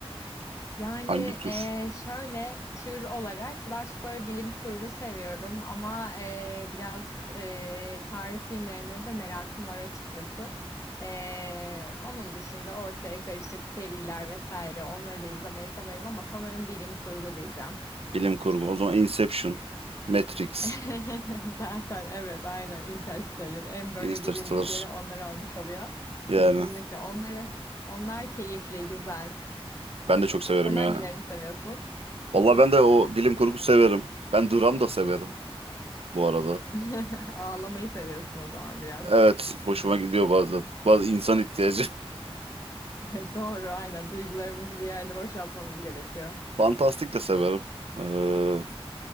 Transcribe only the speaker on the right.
Hangi
tür?
Bilim kurgu. O zaman Inception, Matrix,
Interstellar.
Yani
ben de çok severim
ya.
Vallahi
ben de o bilim kurgu severim. Ben dram da severim bu arada.
Evet, hoşuma gidiyor bazen. Bazı insan ihtiyacı.
<laughs> Fantastik de severim. Ee,